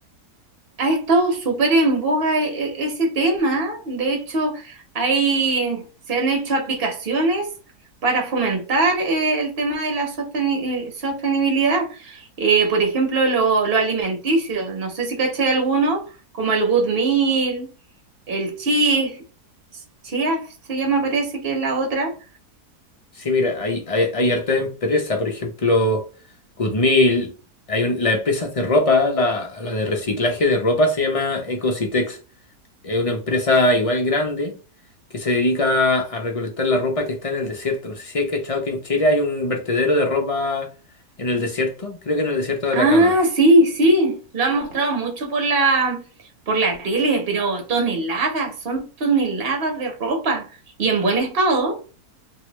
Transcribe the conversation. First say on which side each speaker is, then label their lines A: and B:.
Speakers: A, on the right (about 40°); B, on the left (about 40°).
A: Ha estado súper en boga e- e- ese tema. De hecho, hay, se han hecho aplicaciones para fomentar eh, el tema de la sosteni- eh, sostenibilidad. Eh, por ejemplo, lo, lo alimenticio. No sé si caché alguno, como el Good Meal, el Chief, Chiaf se llama, parece que es la otra.
B: Sí, mira, hay, hay, hay harta empresa, por ejemplo, Good hay un- las empresas de ropa, la, la de reciclaje de ropa se llama Ecositex, es una empresa igual grande que se dedica a recolectar la ropa que está en el desierto. No sé si hay cachado que en Chile hay un vertedero de ropa en el desierto, creo que en el desierto de
A: Ah,
B: Atacama.
A: sí, sí, lo han mostrado mucho por la, por la tele, pero toneladas, son toneladas de ropa y en buen estado.